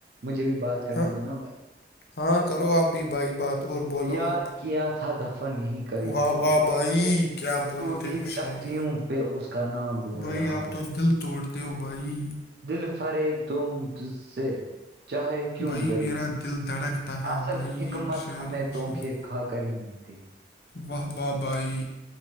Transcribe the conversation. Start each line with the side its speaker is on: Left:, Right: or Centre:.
Right: مجھے بھی بات کرنے
Left: ہاں
Right: دو نا بھائی
Left: ہاں کرو آپ بھی بھائی بات اور بولو
Right: یار
Left: آپ
Right: کیا تھا دفن یہیں ئی
Left: واہ
Right: ابھی
Left: واہ بھائی کیا بولتے
Right: ٹوٹی
Left: ہو
Right: تختی
Left: شاعری
Right: ہوں پہ اس کا نام ڈھونڈ
Left: بھائی
Right: رہا
Left: آپ
Right: ہوں
Left: تو دل توڑتے ہو بھائی
Right: دل فریب تم تج سے چاہے کیوں
Left: بھائی
Right: غریبی
Left: میرا دل دھڑک تھا طاہ
Right: اصل
Left: بعین
Right: حکمت
Left: شاعری
Right: ہمیں
Left: مشف
Right: دھوکے کھا کر ہی ملتی
Left: واہ بابائی